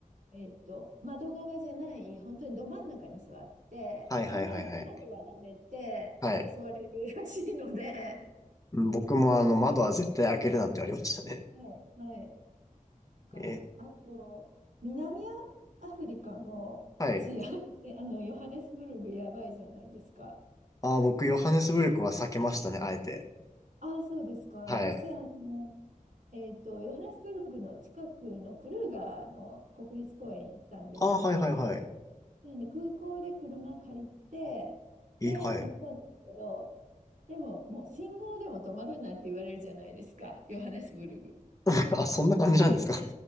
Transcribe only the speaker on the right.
えっと、窓側じゃない、本当にど真ん中に座って、
じゃないと窓割られて襲われるらしいので、
はい、はいか、
あと、南アフリカの治安、
<laughs> え、あの、ヨハネスブルグやばいじゃないですか。
ああ、そうですか。私、
あの、えっと、ヨハネスブルグの近くのクルーガーの国立公園行ったんですけれども、
なんで空港で車借りて、
で、
行ったんですけど、でも、もう信号でも止まるなって言われるじゃないですか、ヨハネスブルグ。